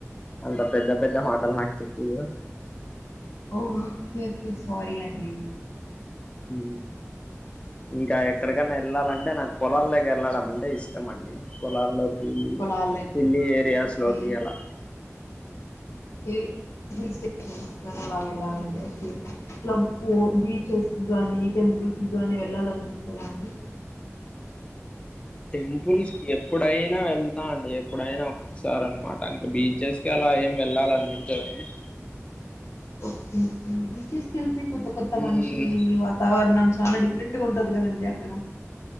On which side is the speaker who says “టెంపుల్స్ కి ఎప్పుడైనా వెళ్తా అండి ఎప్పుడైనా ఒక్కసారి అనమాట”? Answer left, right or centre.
Left